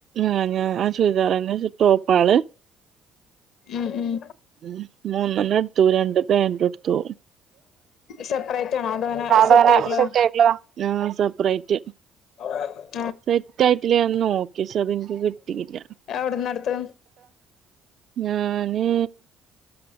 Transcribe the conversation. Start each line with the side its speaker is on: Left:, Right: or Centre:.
Right: ആഹ ഞാൻ ആ ചുരിദാർ തന്നെ ടോപ് കൾ
Left: മ്മ് മ്മ്
Right: മ്മ് മൂന്നെണ്ണം എടുത്തു രണ്ട് പാന്റ് എടുത്തു
Left: സെപ്പറേറ്റ് ആണോ അതോ അങ്ങനെ
Right: അതങ്ങനെ
Left: സെറ്റ് ആയിട്ടുള്ളതാ
Right: ആ സെപ്പറേറ്റ്
Left: അവടെ <unintelligible>
Right: സെറ്റ് ആയിട്ടില്ലേ ഞാൻ നോക്കി പക്ഷെ അത് എനിക്ക് കിട്ടിയില്ല
Left: എവിടുന്നടുത്ത്
Right: ഞാന്